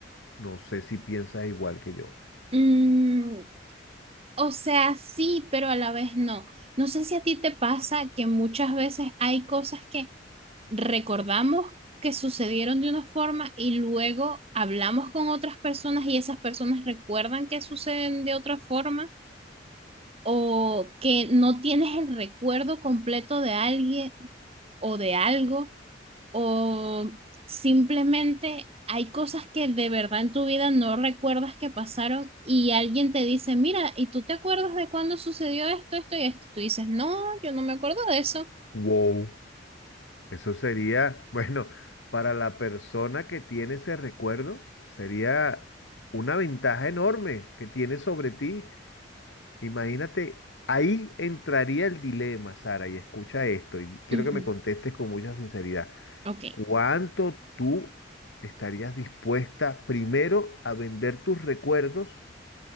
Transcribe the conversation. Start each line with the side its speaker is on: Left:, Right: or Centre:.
Left: No sé si piensas igual que yo.
Right: Mm, o sea, sí, pero a la vez no. No sé si a ti te pasa que muchas veces hay cosas que recordamos que sucedieron de una forma y luego hablamos con otras personas y esas personas recuerdan que suceden de otra forma o que no tienes el recuerdo completo de alguien o de algo o simplemente hay cosas que de verdad en tu vida no recuerdas que pasaron y alguien te dice, mira, ¿y tú te acuerdas de cuándo sucedió esto, esto y esto? Tú dices, no, yo no me acuerdo de eso.
Left: Wow, eso sería, <laughs> bueno, para la persona que tiene ese recuerdo, sería una ventaja enorme que tiene sobre ti. Imagínate, ahí entraría el dilema, Sara, y escucha esto, y quiero
Right: Ujú,
Left: que me contestes con mucha sinceridad.
Right: Ok,
Left: ¿Cuánto tú estarías dispuesta, primero, a vender tus recuerdos?